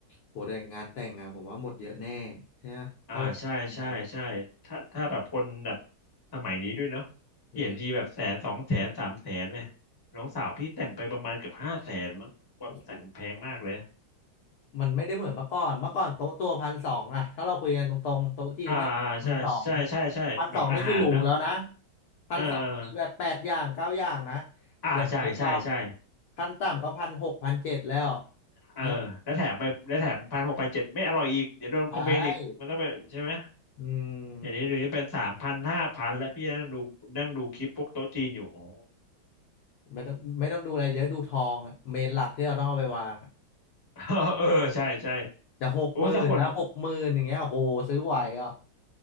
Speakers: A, on the left; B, on the left.
A: โหแต่งานแต่งอะผมว่าหมดเยอะแน่ใช่ไหมถ้าแบบงานอะ
B: อ่าใช่ใช่ใช่ถ้าถ้าแบบคนแบบสมัยนี้ด้วยเนาะเปลี่ยนทีแบบแสนสองแสนสามแสนเนี่ย
A: เออ
B: น้องสาวพี่แต่งไปประมาณเกือบห้าแสนมั้งว่าแต่งแพงมากเลยอ
A: โอ้โหมันไม่ได้เหมือนเมื่อก่อนเมื่อก่อนโต๊ะตัวพันสองอะถ้าเราคุยกันตรงๆโต๊ะจีนเนี่ยพันสอง
B: ่าใช่ใช่ใช่ใช่แบบอาหารเนาะ
A: พันสองนี่คือหรูแล้วนะพันสองแบบแปดอย่างเก้าอย่างนะ
B: เอออ่าใช่ใช่ใช่
A: เดี๋ยวนี้ตอนขั้นต่ำก็พันหกพันเจ็ดแล้ว
B: เออแล้วแถมไปแล้วแถมพันหกพันเจ็ดไม่อร่อยอีกเดี๋ยวโดนคอมเมนต์อีกมันต้องไปใช่ไหม
A: แล้วไปอื
B: เดี๋ยวนี้เดี๋ยวนี้เป็นสามพันห้าพันแล้วพี่นั่งดูนั่งดูคลิปพวกโต๊ะจีนอยู่อ๋อ
A: ม ไม่ต้องไม่ต้องดูอะไรเยอะดูทองอะเมนหลักที่เราต้องเอาไปวางอะ
B: <laughs> เออใช่ใช่
A: จะหกหมื่นแล้วหกหมื่นอย่างเงี้ยโอ้โหซื้อไหวเหรอ่ะ
B: โอ้ถ้าคน